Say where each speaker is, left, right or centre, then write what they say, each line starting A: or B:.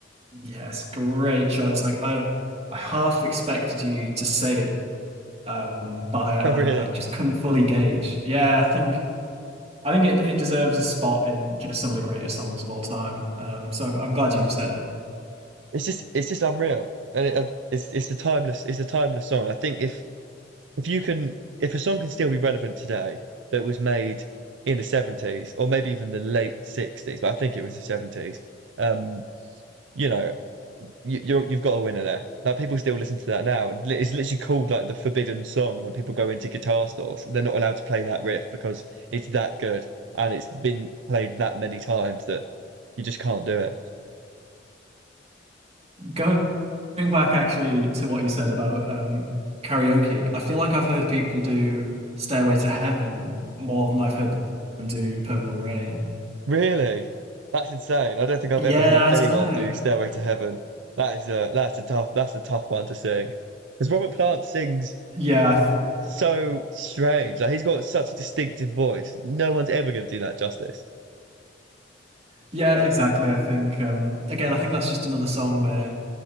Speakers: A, on the right; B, on the right.
A: Yes, great choice. Like I, I half expected you to say it, um, but
B: Oh,
A: I,
B: really?
A: I, I just couldn't fully gauge. Yeah, I think I think it, it deserves a spot in just some of the greatest songs of all time. Um, so I'm, I'm glad you said it.
B: It's just it's just unreal, and it, uh, it's it's a timeless it's a timeless song. I think if if you can if a song can still be relevant today that was made in the 70s or maybe even the late 60s, but I think it was the 70s. Um, you know, you, you're, you've got a winner there. Like people still listen to that now. Li- It's literally called like the forbidden song when people go into guitar stores. They're not allowed to play that riff because it's that good and it's been played that many times that you just can't do it.
A: Going back actually to what you said about um karaoke, I feel like I've heard people do Stairway to Heaven more than I've heard them do Purple Rain.
B: Really? That's insane. I don't think I've
A: Yeah,
B: ever heard
A: I
B: anyone
A: don't know.
B: do Stairway to Heaven. That is a that's a tough that's a tough one to sing. Because Robert Plant sings
A: Yeah, I th-
B: so strange. Like he's got such a distinctive voice. No one's ever going to do that justice.
A: yeah, exactly. I think um again, I think that's just another song where